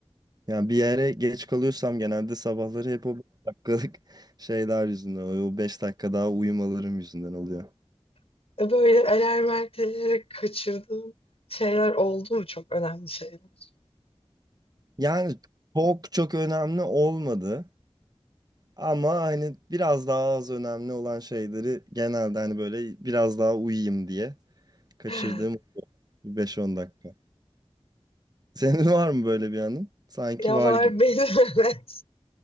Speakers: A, on the right (about 40°); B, on the left (about 65°).
A: Yani bir yere geç kalıyorsam genelde sabahları hep o 5 dakikalık <laughs> şeyler yüzünden oluyor. O 5 dakika daha uyumalarım yüzünden oluyor.
B: <laughs> Böyle alarm erteleyerek kaçırdığım şeyler oldu mu? Çok önemli şeyler.
A: Yani çok çok önemli olmadı. Ama hani biraz daha az önemli olan şeyleri genelde hani böyle biraz daha uyuyayım diye kaçırdığım
B: <laughs>
A: beş on dakika. Senin <laughs> var mı böyle bir anın? Sanki
B: Ya
A: var
B: var
A: gibi.
B: benim <laughs> evet.